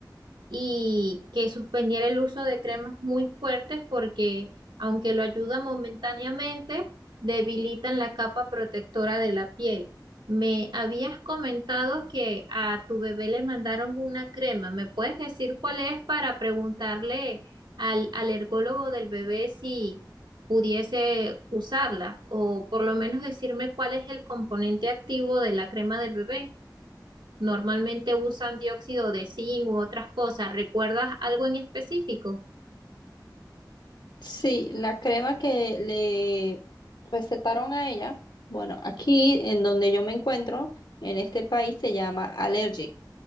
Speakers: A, on the right (about 80°); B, on the left (about 70°).
A: y que suspendiera el uso de cremas muy fuertes porque, aunque lo ayuda momentáneamente, debilitan la capa protectora de la piel. Me habías comentado que a tu bebé le mandaron una crema. ¿Me puedes decir cuál es para preguntarle al alergólogo del bebé si pudiese usarla o por lo menos decirme cuál es el componente activo de la crema del bebé? Normalmente usan dióxido de zinc u otras cosas. ¿Recuerdas algo en específico?
B: Sí, la crema que le recetaron a ella, bueno, aquí en donde yo me encuentro, en este país se llama Allergic